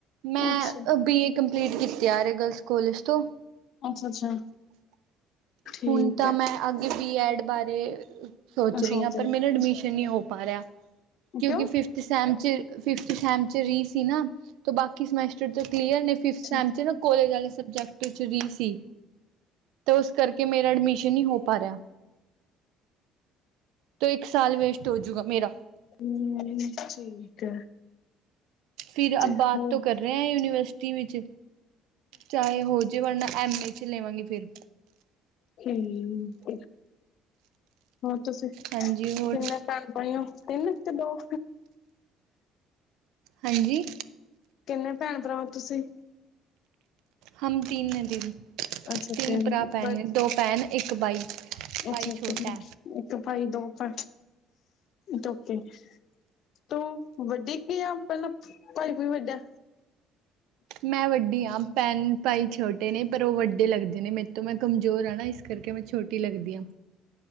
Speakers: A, on the right (about 80°); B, on the left (about 50°).
A: ਮੈਂ
B: ਅੱਛਾ
A: ਬੀ ਏ ਕੰਪਲੀਟ ਕੀਤੀ ਆਰਏ ਗਰਲਸ ਕੋਲਜ ਤੋਂ
B: ਅੱਛਾ ਅੱਛਾ ਠੀਕ
A: ਹੁਣ ਤਾਂ
B: ਹੈ
A: ਮੈਂ ਅੱਗੇ ਬੀ ਐਡ ਬਾਰੇ ਸੋਚ
B: ਮੈਂ
A: ਰਹੀ ਹਾਂ
B: ਰਿਹਾ
A: ਪਰ ਮੈਨੂੰ ਐਡਮਿਸ਼ਨ ਨਹੀਂ ਹੋ ਪਾ ਰਿਹਾ। ਕਿਉਂਕਿ
B: ਕਿਉਂ
A: ਫੇਰ ਪਰਸੈਂਟ ਚ-ਫੇਰ ਪਰਸੈਂਟ ਚ ਵੀ ਸੀ ਨਾ। ਬਾਕੀ ਸਮੈਸਟਰ ਚ ਕਲੀਅਰ ਨੀ ਪਰਸੈਟ
B: ਅੱਛਾ
A: ਨਾ ਕੋਲੇਜ ਵਾਲੇ ਸਬਜੈਕਟ ਵਿੱਚ ਰੀਹ ਸੀ ਤੇ ਉਸ ਕਰਕੇ ਕਿ ਮੇਰਾ ਐਡਮਿਸ਼ਨ ਹੀ ਹੋ ਪਾ ਰਿਹਾ। ਤੇ ਇੱਕ ਸਾਲ ਵੇਸਟ ਹੋਜੂਗਾ ਮੇਰਾ,
B: ਹੂੰ ਚਲ ਠੀਕ
A: ਫਿਰ
B: ਤੇ
A: ਅ ਬਾਤ
B: ਹੋਰ
A: ਤੋਂ ਕਰ ਰਹੇ ਹ ਯੂਨੀਵਰਸਿਟੀ ਵਿੱਚ ਚਾਹੇ ਹੋ ਜੇ ਮਰ ਨਾਲ ਐਮ ਏ ਚ ਲਵਾਂਗੀ ਫਿਰ
B: ਠੀਕ ਹੋਰ ਤੁਸੀਂ
A: ਹਾਂਜੀ
B: ਤਿੰਨ
A: ਹੋਰ
B: ਕੁ ਪਏ ਹੋ ਤਿੰਨ ਤੇ ਦਓ
A: ਹਾਂਜੀ
B: ਕਿੰਨੇ ਭੈਣ ਭਰਾਵਾਂ ਤੁਸੀਂ
A: ਹਮ ਤਨ ਨ ਦਿਦੀ
B: ਅੱਛਾ
A: ਤਿੰਨ ਭਰਾ ਭੈਨ
B: ਬ
A: ਦੋ ਭੈਨ ਇੱਕ ਭਾਈ ਭਾਈ
B: ਅੱਛਾ ਇੱਕ
A: ਛੋਟ
B: ਭੈਣ
A: ਹੈ
B: ਇੱਕ ਭਾਈ ਦੋ ਭ ਟੋਕੇ ਤੂੰ ਵੱਡੇ ਕੀ ਆ ਪਹਿਲ ਭਾਈ ਭਈ ਵੱਡਾ
A: ਮੈਂ ਵੱਡੀ ਹਾਂ ਭੈਣ ਭਾਈ ਛੋਟੇ ਨੇ ਪਰ ਉਹ ਵੱਡੇ ਲੱਗਦੇ ਨੇ ਮੇਰੇ ਤੋਂ ਮੈਂ ਕਮਜ਼ੋਰ ਹਾਂ ਨਾ ਕਰਕੇ ਮੈਂ ਛੋਟੀ ਲੱਗਦੀ ਹਾਂ